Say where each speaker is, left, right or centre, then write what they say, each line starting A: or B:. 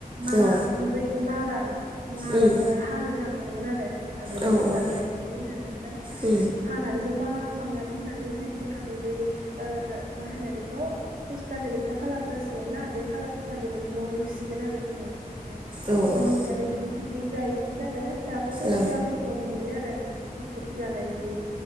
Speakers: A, on the right (about 65°); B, on the right (about 30°).
A: मारा
B: औ
A: बै नारा नाराखौहाय
B: उम
A: हानो थाङोमोन आरो जोंहा बेलागुर
B: औ उम
A: जानांगौ बिदि होननानै ओमफ्राय
B: उम
A: हानानै ज'मा खालामना दोननानै जे दिनखालि बै मा होनो बेखौ पस्टारनि जोबथा खालार जासिगोन ना बे खालार खालि माने न' लुसिगोन आरो जोङो। ओमफ्राय
B: औ ओं
A: न' लुनानै बिदि पिकनिक जायोमोन आरो दाबो जोंनि
B: औ
A: गामिफ्राव नुयो आरो। पिकनिक जानाय बिदि